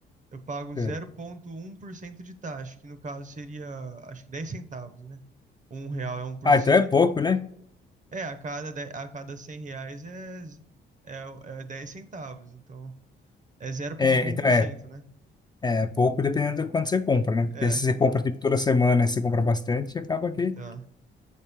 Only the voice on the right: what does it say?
eu pago
zero
vírgula um por cento de taxa, que no caso seria, acho que 10 centavos, né? Um real é um por
cento.
É, a cada, de- a cada 100 reais é, z- é, é 10 centavos. Então, é zero
vírgula
um por
cento, né?
É,
então...